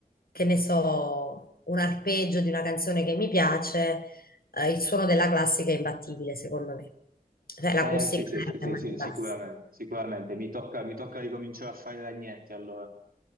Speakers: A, on the left; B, on the right.
A: che ne so, un arpeggio di una canzone che mi piace, eh, il suono della classica è imbattibile, secondo me. Cioè, l'acustica
B: Eh, sì, sì, sì,
A: è
B: sì,
A: a mani
B: sì, sicuramente,
A: basse.
B: sicuramente. Mi tocca, mi tocca ricominciare a fare i ragnetti, allora.